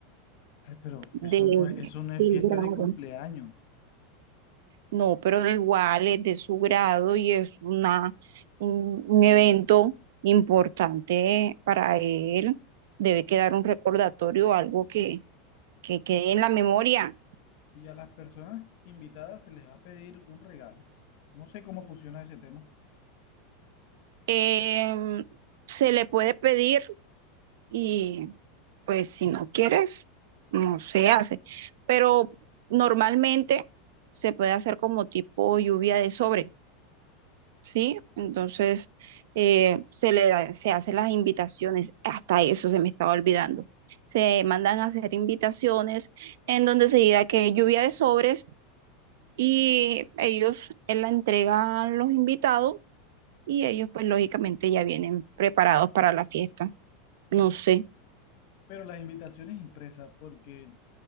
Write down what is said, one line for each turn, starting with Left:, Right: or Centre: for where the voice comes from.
Left: Ay, pero
Right: de,
Left: eso no es, eso no es
Right: del
Left: fiesta
Right: grado.
Left: de cumpleaños.
Right: No, pero de igual es de su grado y es una, un, un evento importante para él. Debe quedar un recordatorio, algo que, que quede en la memoria.
Left: Y a las personas invitadas se les va a pedir un regalo. No sé cómo funciona ese tema,
Right: Eh, se le puede pedir y pues si no quieres, no se hace. Pero normalmente se puede hacer como tipo lluvia de sobre, ¿sí? Entonces eh, se le da- se hacen las invitaciones, hasta eso se me estaba olvidando. Se mandan a hacer invitaciones en donde se diga que lluvia de sobres y ellos eh, la entregan a los invitados y ellos pues lógicamente ya vienen preparados para la fiesta. No
Left: pero,
Right: sé.
Left: pero las invitaciones impresas, porque